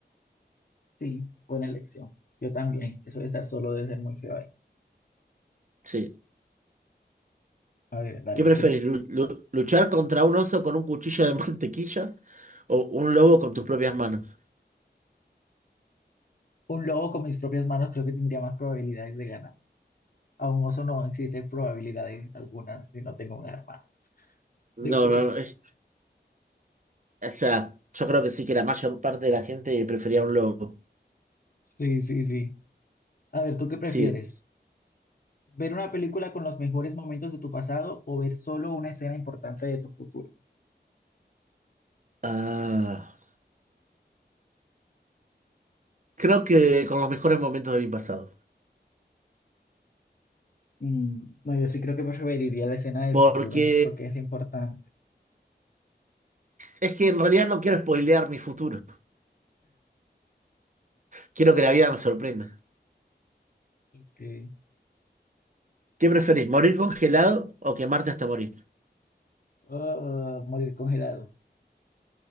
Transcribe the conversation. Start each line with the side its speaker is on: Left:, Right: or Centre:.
Left: Sí, buena elección. Yo también. Eso de estar solo debe ser muy feo ahí.
Right: Sí.
Left: A ver, dale,
Right: ¿Qué preferís?
Left: sigues.
Right: lu- lu- ¿Luchar contra un oso con un cuchillo de <laughs> mantequilla o un lobo con tus propias manos?
Left: Un lobo con mis propias manos creo que tendría más probabilidades de ganar. A un oso no existen probabilidades algunas si no tengo un arma
Right: No,
Left: de fuego.
Right: no, no. es- o sea, yo creo que sí que la mayor parte de la gente prefería un lobo.
Left: Sí, sí, sí. A ver, ¿tú qué prefieres?
Right: Sí.
Left: ver una película con los mejores momentos de tu pasado o ver solo una escena importante de tu futuro.
Right: Ah, creo que con los mejores momentos de mi pasado.
Left: Mm, no, yo sí creo que preferiría la escena del
Right: Porque
Left: futuro porque es importante.
Right: es que en realidad no quiero spoilear mi futuro. Quiero que la vida me sorprenda.
Left: Que,
Right: ¿Qué preferís, morir congelado o quemarte hasta morir?
Left: ah, morir congelado.